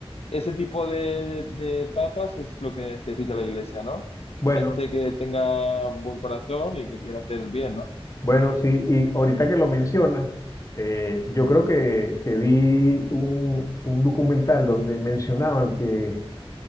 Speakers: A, on the left; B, on the left.
A: ese tipo de, de- de papas es lo que necesita la iglesia, ¿no?
B: Bueno,
A: Gente que tenga buen corazón y que quiera hacer el bien, ¿no?
B: bueno, sí, y ahorita que lo mencionas, eh, yo creo que, que vi un, un documental donde mencionaban que